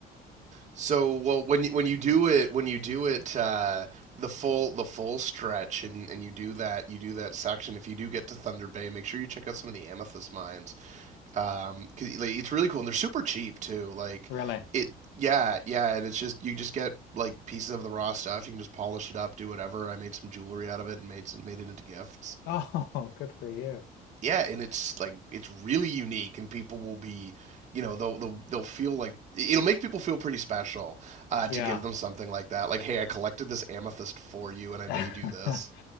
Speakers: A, on the right (about 45°); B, on the left (about 85°).
A: So well, when you, when you do it, when you do it, uh, the full the full stretch, and, and you do that, you do that section. If you do get to Thunder Bay, make sure you check out some of the amethyst mines. Um, 'cause, like, it's really cool, and they're super cheap too. Like
B: really,
A: it, yeah, yeah, and it's just you just get like pieces of the raw stuff. You can just polish it up, do whatever. I made some jewelry out of it and made made it into gifts
B: <laughs> oh, good for you.
A: yeah, and it's like it's really unique, and people will be, you know, they'll they'll they'll feel like it'll make people feel pretty special uh,
B: Yeah.
A: to give them something like that. Like, hey, I collected this amethyst for you, and I
B: <laughs>
A: made you this.